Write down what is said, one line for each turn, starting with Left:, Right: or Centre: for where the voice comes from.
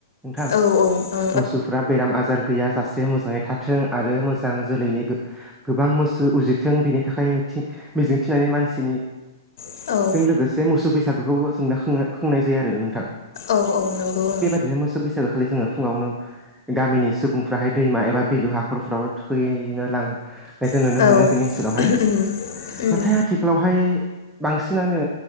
Centre: नोंथां
Left: औ ओं औ
Centre: मोसौफ्रा बेराम आजार गैया जाासे मोजाङै थाथों आरो मोजां जोलैनि गोबां मोसौ उजिथों बेनि थाखाय मिथि मिजिंथिनानै मानसिनि
Left: औ।
Centre: लोगोसे मोसौ बैसागुखौबो जोंना खोङो खोंनाय जायो आरो नोंथां।
Left: औ औ नंगौ ओं।
Centre: बिदिनो मोसो बैसागोखालि जोङो फुङावनो गामिनि सुब बुंफ्राहाय दैमा एबा बेलु हाखरफ्रावबो थुखैनो लाङो। बेखौ नुनो
Left: ओं
Centre: मोनो जोंनि ओनसोलावहाय
Left: उम औ उम उम
Centre: नाथाय आथिखालावहाय बांसिन सिनानो